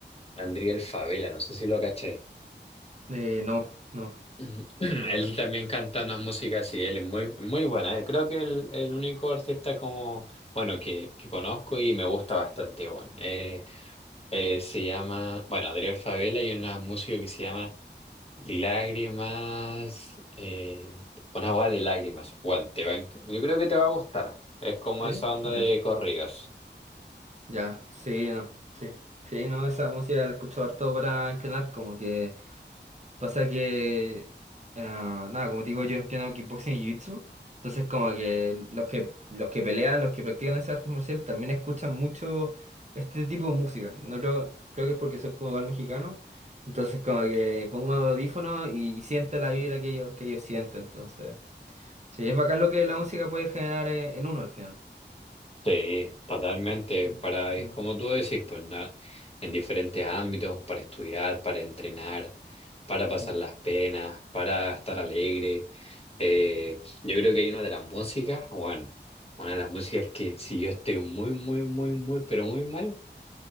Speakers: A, on the left; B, on the right.
A: Andriel Favela, no sé si lo cacháis.
B: Eh, no, no,
A: Ujú. <clears throat>
B: no lo
A: Él
B: cacho.
A: también canta una música así, él es muy, muy buena. eh. Creo que el, el único artista como, bueno, que, que conozco y me gusta bastante, bueno. Eh, eh, se llama, bueno, Adriel Favela y una música que se llama Lágrimas, eh, una agua de lágrimas. Bueno, te va a enc- yo creo que te va a gustar. Es como
B: ¿Sí?
A: esa onda
B: No.
A: de corridos.
B: Ya, sí, no, sí. Sí, no, esa música la escucho harto para entrenar, como que. Pasa que, ah, nada, como te digo, yo entreno kickboxing y jiu-jitsu. Entonces, como que los que, los que pelean, los que practican esas artes marciales, también escuchan mucho este tipo de música. No creo, creo que es porque soy como igual mexicano. Entonces, como que pongo audífonos y siento la vibra que ellos, que ellos sienten. Entonces, sí, es bacán lo que la música puede generar en, en uno al final.
A: Sí, totalmente.
B: Mm,
A: Para, es
B: mm,
A: como tú decís, pues na- en diferentes ámbitos, para estudiar, para entrenar, para pasar
B: mm,
A: las penas, para estar alegre.
B: ya.
A: Eh, yo creo que hay una de las músicas, bueno, una de las músicas que si yo estoy muy, muy, muy, muy, pero muy mal,